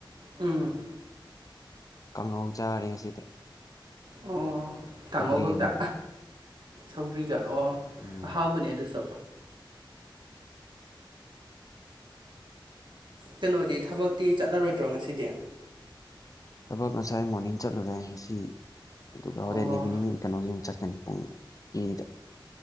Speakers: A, on the right; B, on the left.
A: ꯎꯝ
B: ꯀꯥꯡꯍꯧ ꯆꯥꯔꯦ ꯉꯁꯤꯗꯤ
A: ꯑꯣ ꯀꯥꯡꯉꯧ
B: ꯁꯧꯒ꯭ꯔꯤ
A: ꯈꯛꯇ
B: ꯑꯃꯒ
A: ꯁꯧꯒ꯭ꯔꯤꯒ ꯑꯣ
B: ꯎꯝ
A: ꯑꯍꯥꯎꯕꯅꯦ ꯑꯗꯨꯁꯨ ꯀꯩꯅꯣꯗꯤ ꯊꯕꯛꯇꯤ ꯆꯠꯂꯔꯣꯏꯗ꯭ꯔꯣ ꯉꯁꯤꯗꯤ
B: ꯊꯕꯛ ꯉꯁꯥꯏ ꯃꯣꫪꯅꯤꯡ ꯆꯠꯂꯨꯔꯦ ꯉꯁꯤ ꯑꯗꯨꯒ ꯍꯣꯔꯦꯟ
A: ꯑꯣ
B: ꯏꯚꯤꯅꯤꯡ ꯀꯩꯅꯣꯒꯤ ꯑꯃꯨꯛ ꯆꯠꯀꯅꯤ ꯄꯨꯡ ꯑꯅꯤꯗ